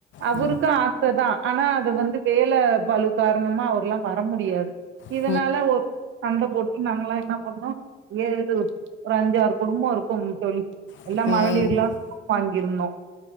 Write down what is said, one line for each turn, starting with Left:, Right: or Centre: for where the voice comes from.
Right: அவருக்கு
Left: ம் ம்
Right: ஆச கதா ஆனா அது வந்து வேல பலு காரணமா அவ்ர்லா வர முடியாது இதனால
Left: ம் ம் ம் ம் ம் ம் ம் ம் ம் ம் ம் ம் ம் ம் ம் ம்
Right: ஒரு நாளு சண்ட போட்டு நாங்கல்லா என்ன பண்ணோ ஏது ஒரு அஞ்சு ஆறு குடும்போ இருக்கும் தோழி
Left: ம்
Right: எல்லா மகளிர்லா லோன் வாங்கிருந்தோ